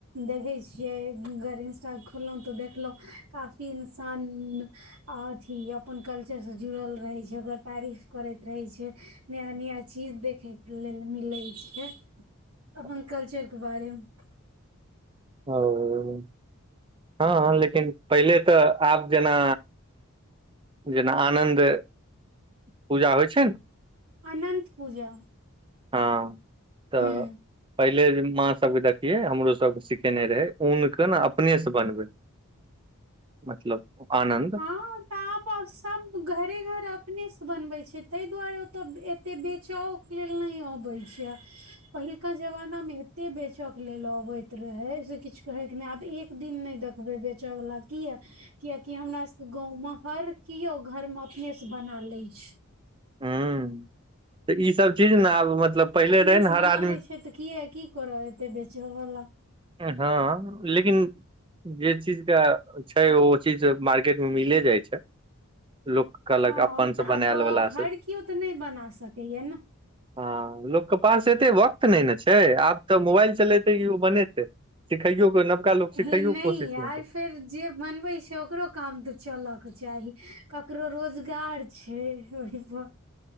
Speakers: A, on the right; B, on the right.
A: देखै छियै अगर इंस्टा खोलहुं तऽ देखलौं काफी इन्सान आ अथी अपन कल्चरसँ जुड़ल रहै छै ओकर तारीफ करैत रहै छै नया नया चीज देखै के लेल मिलै छै
B: <inaudible>
A: अपन कल्चर के बारेमे
B: ओ हँ हं लेकिन पहिले तऽ आब जेना जेना आनन्द पूजा होइ छै ने
A: अनन्त पूजा
B: हँ तऽ
A: हूँ
B: पहिले माँ सबके देखियै हमरो सबके सिखेने रहै ऊन के ने अपने से बनबै मतलब आनन्द
A: हँ तऽ आब सब घरे घर अपने से बनवे छै ताहि दुआरे ओत एते बेचव लेल नै अबै छै पहिलका जमाना में एते बेचऽ के लेल अबै त रहै से किछु कहेके नहि आब एक दिन नहि देखबै बेचय वला किया कियकि हमरा गाँंव मे हर किओ घर मे अपने से बना लै छै
B: हूँ तऽ ई सब चीज ने आब मतलब पहिले
A: अपने
B: रहै ने
A: से
B: हर
A: बना
B: आदमी
A: लै छै तऽ किया की करऽ एतै बेचऽ वाला
B: हँ लेकिन जे चीज के छै ओ चीज मार्केट मे मिले जाइ छै लोक कहलक
A: हँ
B: अपन
A: तऽ
B: से
A: आब
B: बनायल वला
A: हर
B: से
A: कियो तऽ नहि बना सकैया न
B: हँ लोकके पास एते वक्त नहि ने छै आब तऽ मोबाइल चलेतै कि ओ बनेतै सिखइयो के नबका लोक
A: हे
B: सिखइयो के कोशिश
A: यार
B: नहि करै
A: फेर जे बनबै छै ओकरो काम तऽ चलऽके चाही ककरो रोजगार छै ओहिप